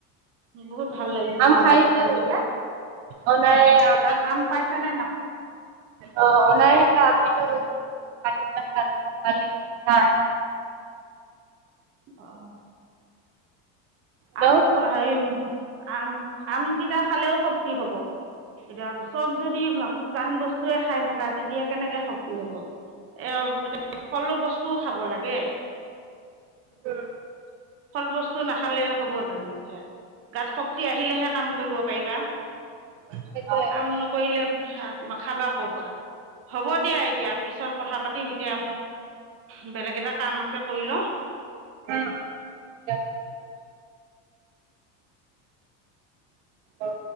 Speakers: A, on the right; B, on the right.
A: বহুত ভাল লাগিছে
B: আম
A: আমকেইটা
B: খাইছোঁ
A: খাই পেলাই
B: অনায়ে আমিত
A: তাত আম পাইছানে নাপ
B: অ অনায় এটা আমিত <unintelligible>
A: অ অ
B: হেল্ল'
A: আম খোৱা হে আম আম কেইটা খালেও শক্তি হব এতিয়া চব যদি শুকাণ বস্তুৱে খাই থকা তেতিয়া কেনেকে শক্তি হব এ এয়া ফল বস্তুও খাব লাগে।
B: উম
A: ফল বস্তু নাখালে হ'ব জানো এতিয়া গাত শক্তি আহিলেহে কাম কৰিব পাৰিবা
B: সেইটোৱে।
A: কাম নকৰিলে খাবা ক' পৰা হ'ব দিয়া এতিয়া পিছত কথা পাতিম এতিয়া মই বেলেগ এটা কাম আছে কৰি লওঁ
B: উম উম দিয়া অঁ